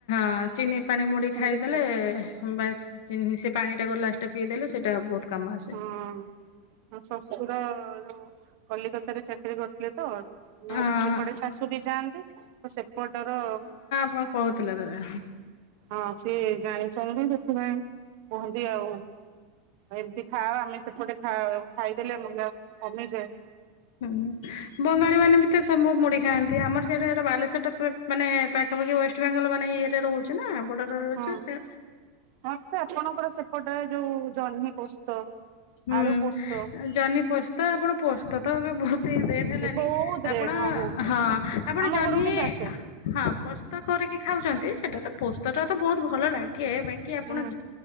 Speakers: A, on the left (about 70°); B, on the right (about 50°).
A: ହଁ ଚିନି ପାଣି ମୁଢି
B: ସେମିତି
A: ଖାଇଦେଲେ
B: ଖାଏ
A: ବାସ ସେ ପାଣିଟାକୁ ଲାଷ୍ଟରେ ପିଇଦେଲେ ସେଇଟା ବହୁତ କାମ ଆସେ
B: ହୁଁ ଶଶୁର ଯୋଉ କଲିକତା ରେ ଚାକିରୀ କରି ଥିଲେ ତ
A: ହଁ
B: ସେପଟେ ଶାଶୁ ବି ଯାଆନ୍ତି ତ ସେପଟର
A: କଣ କହୁଥିଲେ ତେବେ?
B: ହଁ ସିଏ ଜାଣି ଚନ୍ତି ସେଥିପାଇଁ କୁହନ୍ତି ଆଉ ଏମିତି ଖାଅ ଆମେ ସେପଟେ ଖାଇଦେଲେ କମି ଯାଏ।
A: ହୁଁ ବଙ୍ଗାଳୀ ମାନେ ବି ମୁଁ ମୁଢ଼ି ଖାଆନ୍ତି ଆମର ସେଇଟା ବାଲେଶ୍ୱରଟା ମାନେ ପାଖପାଖି ୱେଷ୍ଟବେଙ୍ଗଲ ମାନେ ଇଏରେ ରହୁଛି ନା। ବର୍ଡରରେ ରହୁଛି
B: ହଁ
A: ସେ
B: ମତେ ଆପଣଙ୍କର ସେପଟେ ଯୋଉ ଜହ୍ନି ପୋସ୍ତ
A: ହୁଁ
B: ଆଳୁ ପୋସ୍ତ
A: ଜହ୍ନି ପୋସ୍ତ ତ ଆପଣ ପୋସ୍ତ ତ ତ ଏବେ ବହୁତ ଏଟ ହେଲାନି
B: ଏ ବହୁତ ରେଟ
A: ଆପଣ
B: ବହୁତ
A: ହଁ ଆପଣ
B: ଆମ
A: ଜହ୍ନି
B: ଘରକୁ କିନ୍ତୁ ଆସେ
A: ହଁ ପୋସ୍ତ କି ଖାଉଛନ୍ତି ସେଟା ତ ପୋସ୍ତ ଟା ତ ବହୁତ ଭଲ ଲାଗେ ବାକି ଆପଣ
B: ହୁଁ।